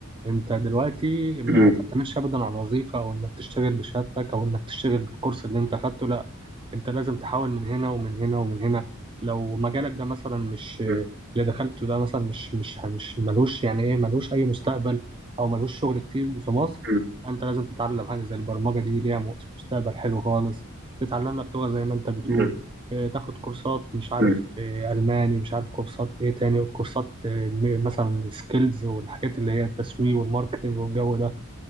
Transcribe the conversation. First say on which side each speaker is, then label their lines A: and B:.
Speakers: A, on the right; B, on the right.
A: أنت دلوقتي ما
B: م-
A: تعتمدش أبدا على الوظيفة أو إنك تشتغل بشهادتك أو إنك تشتغل بالكورس اللي أنت أخدته لأ أنت لازم تحاول من هنا ومن هنا ومن هنا لو مجالك ده مثلا مش
B: م-
A: اللي دخلته ده مثلا مش مش مش ملوش يعني إيه ملوش أي مستقبل أو ملوش شغل كتير في مصر
B: م-
A: أنت لازم تتعلم حاجة زي البرمجة دي ليها مستقبل حلو خالص تتعلم لك لغة زي ما أنت بتقول
B: م-
A: آه، تاخد كورسات مش عارف
B: م.
A: آه، ألماني مش عارف كورسات إيه تاني وكورسات آه، م- مثلا سكيلز والحاجات اللي هي التسويق والماركتينج والجو ده